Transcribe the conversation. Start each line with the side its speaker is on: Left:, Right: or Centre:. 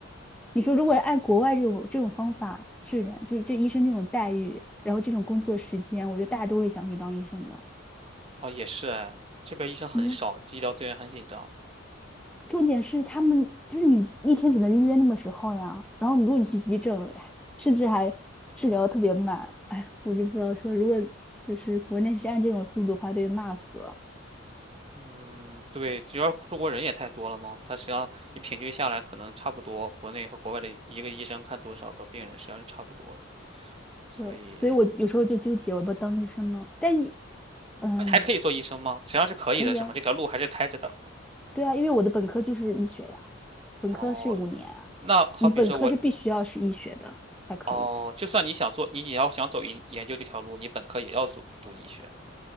Centre: 你说如果按国外这种这种方法治疗，就是这医生这种待遇，然后这种工作时间，我觉得大家都会想去当医生的。
Right: 哦，也是哎，这边医生很少，
Centre: 你
Right: 医疗资源很紧张。
Centre: 重点是他们就是你一天只能预约那么时候呀，然后你如果你去急诊，哎甚至还治疗得特别慢，哎，我就不知道说如果就是国内是按这种速度的话，被人骂死了。
Right: 嗯，对，主要中国人也太多了嘛，他实际上你平均下来，可能差不多，国内和国外的一个医生看多少个病人，实际上是差不多的。所以，
Centre: 对，所以我有时候就纠结，我要不要当医生呢？但你，嗯，
Right: 那你还可以做医生吗？实际上是可以的，
Centre: 可以啊，
Right: 是吗？这条路还是开着的。
Centre: 对啊，因为我的本科就是医学呀，本科是五年啊你本科是必须要是医学的才可以，
Right: 哦，那好比说我。哦，就算你想做，你也要想走研研究这条路，你本科也要读读医学。